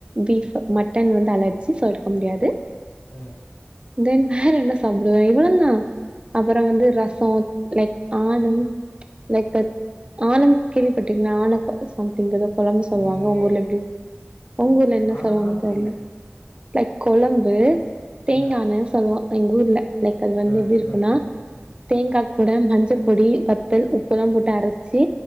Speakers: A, on the right; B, on the left.
A: பீஃப் மட்டன் வந்து அலர்ச்சி சோ எடுக்க முடியாது
B: ம்
A: தென் வேற என்ன சாப்டுவே இவ்ளோதா அப்றோ வந்து ரசம் லைக் ஆனும் லைக் த் ஆனம் கேள்விப்பட்டீங்களா அனக் சம் ங்கத குழம்பு சொல்லுவாங்க
B: இல்லையே!
A: உங்க ஊர்ல எப்டி உங்க ஊர்ல என்ன
B: ஆனம்னா
A: சொல்லுவாங்கன்னு
B: புரியல.
A: தெர்ல லைக் கொழம்பு தேங்கானனு
B: ம்
A: சொல்லவோ எங்க ஊர்ல லைக் அது வந்து
B: ம்
A: எப்டி இருக்கும்னா
B: ம் ம் ம் ம்
A: தேங்கா கூ கூட மஞ்ச பொடி பத்தல் உப்பெலா போட்டு அரச்சு